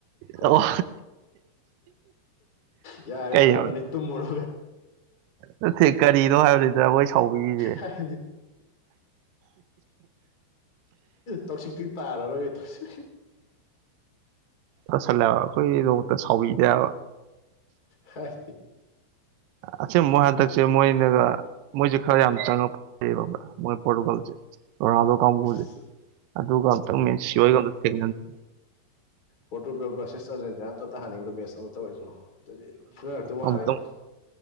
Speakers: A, on the left; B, on the right.
A: ꯍꯣꯏ
B: ꯑꯣ
A: ꯌꯥꯔꯦ
B: ꯀꯩ
A: ꯋꯥꯔꯦ ꯃꯅꯤ ꯇꯨꯝꯃꯣꯔꯣ
B: ꯅꯠꯇꯦ ꯀꯔꯤꯅꯣ ꯍꯥꯏꯕꯅꯤꯗ ꯃꯣꯏ ꯁꯥꯎꯕꯤꯔꯤꯁꯦ
A: ꯍꯥꯏꯗꯤ ꯇꯧꯁꯤꯛꯇꯤ ꯇꯥꯔꯔꯣꯏꯌꯦ ꯇꯧꯁꯤ
B: ꯇꯁꯜꯂꯦꯕ ꯑꯩꯈꯣꯏ ꯅꯣꯡꯃꯇ ꯁꯥꯎꯕꯤꯗꯦꯕ
A: ꯍꯥꯏ
B: ꯑꯁ ꯃꯣꯏ ꯍꯟꯗꯛꯁꯦ ꯃꯣꯏꯅꯒ ꯃꯣꯏꯖꯦ ꯈꯔ ꯌꯥꯝ ꯆꯡꯉꯛꯄ ꯐꯩ ꯌꯦꯕ ꯕ꯭ꯔ ꯃꯣꯏ ꯄꯣꯔꯇꯨꯒꯜꯁꯦ ꯔꫭꯅꯥꯗꫭ ꯀꯥꯡꯕꯨꯁꯦ
A: ꯑꯁ
B: ꯑꯗꯨꯒ ꯑꯃꯝꯇꯪ ꯃꯤ ꯁꯤꯣꯏꯒ ꯑꯝꯇ ꯊꯦꯡꯅꯟꯗ
A: ꯄꫭꯔꯇꯨꯒꯜ ꯕꯁꯁꯦꯁ ꯑꯔꯖꯦꯟꯇꯤꯅ ꯑꯝꯇ ꯇꯍꯟꯅꯤꯡꯗꯣ ꯃꯦꯠꯁ ꯑꯃ ꯇꯧꯔꯁꯅꯣ ꯑꯗꯨꯗꯤ ꯐꯨꯅꯔꯛꯇꯣ ꯃꯥꯔꯤꯉꯣ
B: ꯑꯃꯨꯛꯇꯪ